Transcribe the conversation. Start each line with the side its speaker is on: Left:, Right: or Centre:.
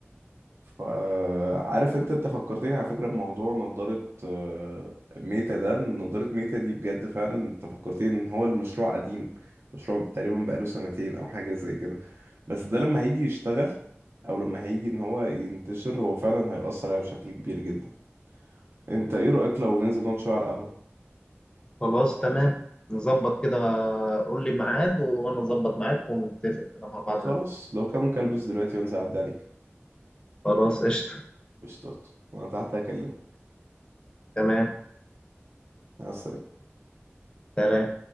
Right: فعارف انت انت فكرتني على فكرة بموضوع نضارة آه، ميتا ده نضارة ميتا دي بجد فعلا انت فكرتني ان هو المشروع قديم مشروع تقريبا بقاله سنتين او حاجة زي كده بس ده لما هيجي يشتغل او لما هيجي ان هو ينتشر هو فعلا هيأثر عليها بشكل كبير جدا انت ايه رأيك لو ننزل نقعد شوية على القهوة
Left: خلاص تمام نظبط كده قول لي ميعاد وانا اظبط معاك ونتفق كده مع بعض
Right: خلاص لو كان ممكن البس دلوقتي وانزل اعدي عليك
Left: خلاص قشطه
Right: قشطات وانا تحت هكلمك
Left: تمام
Right: مع السلامة
Left: سلام